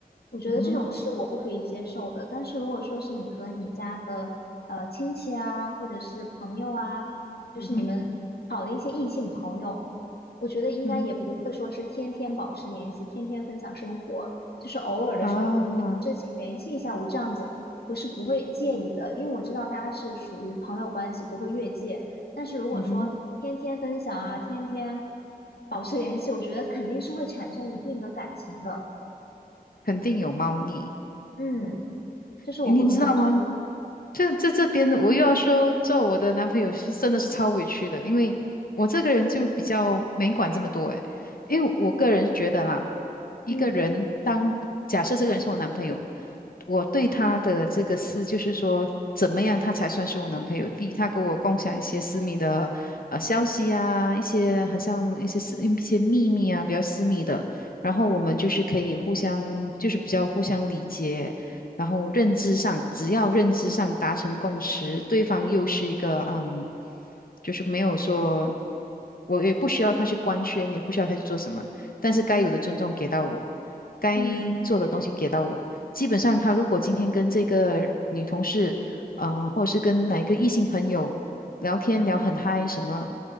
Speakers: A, on the left (about 80°); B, on the left (about 65°).
A: 我觉得这种是我不可以接受的。
B: 嗯哼，
A: 但是如果说是你和你家的呃亲戚啊，或者是朋友啊，就是你们好的一些异性朋友，
B: 嗯哼，
A: 我觉得应该也不会说是天天保持联系，
B: 嗯哼，
A: 天天分享生活，就是偶尔的时候可能有事情联系一下，
B: 啊，
A: 我这样子我是不会介意的，因为我知道大家是属于朋友关系，不会越界。但是如果说天天分享啊，
B: 嗯哼，
A: 天天保持联系，我觉得肯定是会产生一定的感情的。
B: 肯定有猫腻，
A: 嗯。这是我不能接受的
B: 你你知道吗？这这这边的，我又要说，做我的男朋友是真的是超委屈的，因为我这个人就比较没管这么多诶，因为我个人觉得啦，一个人当假设这个人是我男朋友，
A: 嗯
B: 我对他的这个私就是说，怎么样他才算是我男朋友？第一，他跟我共享一些私密的呃消息啊，一些很像一些私一些秘密啊，比较私密的，然后我们就是可以互相就是比较互相理解，然后认知上，只要认知上达成共识，对方又是一个嗯，就是没有说，我也不需要他去官宣，也不需要他去做什么，但是该有的尊重给到我，该做的东西给到我。
A: 嗯。
B: 基本上，他如果今天跟这个女同事，呃，或者是跟哪一个异性朋友聊天聊很嗨，什么，